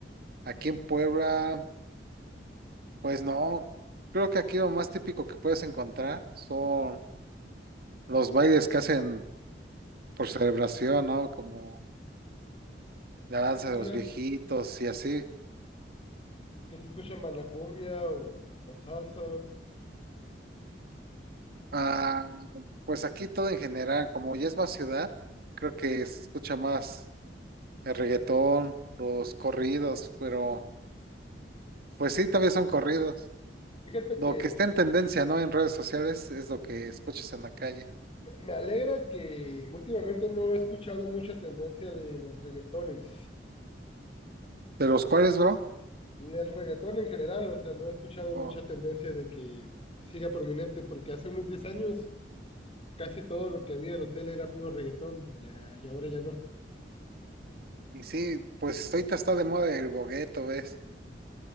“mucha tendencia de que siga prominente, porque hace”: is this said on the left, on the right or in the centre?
Left